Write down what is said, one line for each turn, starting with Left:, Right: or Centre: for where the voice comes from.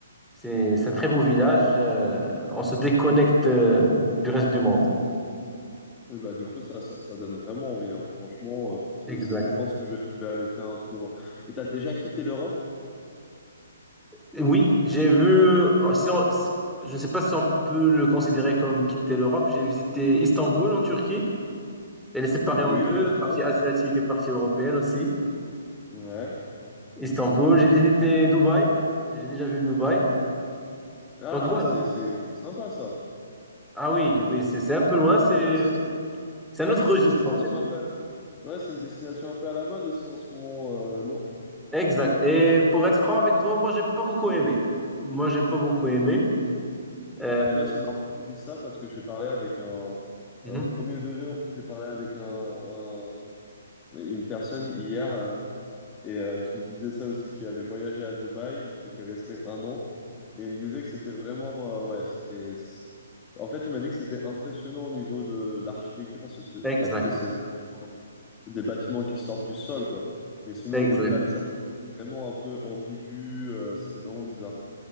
Centre: C'est, c'est un très beau village. euh, on se déconnecte euh, du reste du monde.
Left: Et bah, du coup, ça, ça, ça donne vraiment envie. hein. Franchement, euh, c'est-
Centre: Exact.
Left: c'est- je pense que je vais, je vais aller faire un tour. Et t'as déjà quitté l'Europe?
Centre: Oui, j'ai vu. euh, Si on- si, je ne sais pas si on peut le considérer comme quitter l'Europe. J'ai visité Istanbul en Turquie. Elle est séparée
Left: Oui,
Centre: en deux,
Left: non, c'est
Centre: partie
Left: vrai.
Centre: asiatique
Left: c'est-
Centre: et partie européenne aussi.
Left: Ouais.
Centre: Istanbul, j'ai visité Dubaï. J'ai déjà vu Dubaï.
Left: Ah,
Centre: Donc voilà.
Left: c'est c'est- c'est sympa ça.
Centre: Ah oui, oui, c'est c'est un peu loin. C'est
Left: C'est vrai, c'est
Centre: c'est
Left: c'est
Centre: un
Left: vrai
Centre: autre
Left: que c'est
Centre: registre
Left: une destination
Centre: en fait.
Left: un peu Ouais, c'est une destination un peu à la mode aussi en ce moment, euh, non?
Centre: Exact. Et pour être franc avec toi, moi j'ai pas beaucoup aimé. Moi j'ai pas beaucoup aimé. Euh,
Left: et bah, tu vois, c'est marrant que tu me dises ça parce que j'ai parlé avec un
Centre: mhm.
Left: euh, premier degré, en plus, j'ai parlé avec un, un- une personne hier euh, et euh, qui me disait ça aussi, qui avait voyagé à Dubaï, qui était resté un an et il me disait que c'était vraiment, euh, ouais, c'était. c'est- En fait, il m'a dit que c'était impressionnant au niveau de l'architecture parce que c'est
Centre: Exact,
Left: parce que c'est vraiment des bâtiments qui sortent du sol, quoi. Mais sinon,
Centre: exact.
Left: au-delà de ça, c'est vraiment un peu ambigu, euh, c'était vraiment bizarre, quoi.